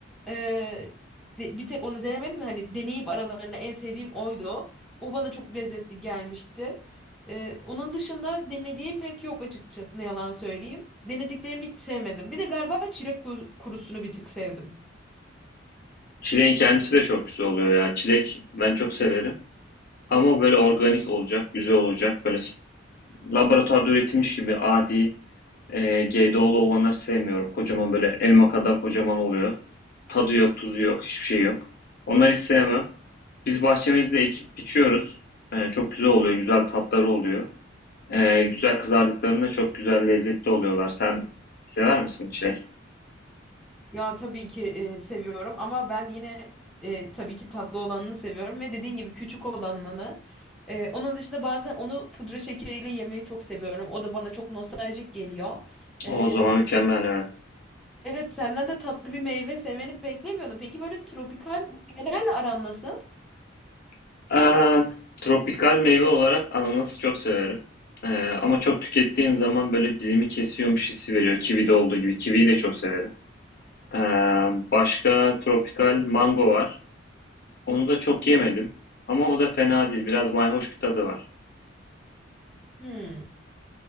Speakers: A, in the centre; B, on the left.
A: E, de- bir tek onu denemedim. Hani deneyip aralarında en sevdiğim oydu. O bana çok lezzetli gelmişti. Ee, onun dışında denediğim pek yok açıkçası ne yalan söyleyeyim. Denediklerimi hiç sevmedim. Bir de galiba çilek kuru- kurusunu bir tık sevdim.
B: Çileğin kendisi de çok güzel oluyor ya. Çilek ben çok severim. Ama böyle organik olacak, güzel olacak. Böyle s- laboratuvarda üretilmiş gibi adi Ee, GDO'lu olanları sevmiyorum. Kocaman böyle elma kadar kocaman oluyor. Tadı yok, tuzu yok, hiçbir şey yok. Onları hiç sevmem. Biz bahçemizde ekip biçiyoruz. Ee, çok güzel oluyor, güzel tatları oluyor. Ee, güzel kızardıklarında çok güzel lezzetli oluyorlar. Sen sever misin çilek?
A: Ya tabii ki e, seviyorum ama ben yine e, tabii ki tatlı olanını seviyorum ve dediğin gibi küçük olanını. E, onun dışında bazen onu pudra şekeriyle yemeyi çok seviyorum. O da bana çok nostaljik geliyor. E,
B: O zaman mükemmel evet.
A: Evet senden de tatlı bir meyve sevmeni beklemiyordum. Peki böyle tropikal meyvelerle aran nasıl?
B: <laughs> Aa, tropikal meyve olarak ananası çok severim. Ee, ama çok tükettiğin zaman böyle dilimi kesiyormuş hissi veriyor. Kivi de olduğu gibi. Kiviyi de çok severim. Ee, başka tropikal mango var. Onu da çok yemedim. Ama o da fena değil. Biraz mayhoş bir tadı var.
A: Hmm.